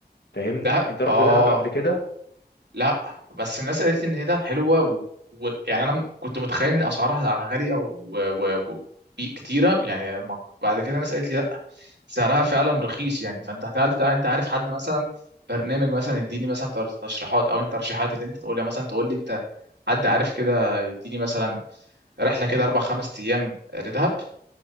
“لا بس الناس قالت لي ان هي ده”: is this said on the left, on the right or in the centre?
Right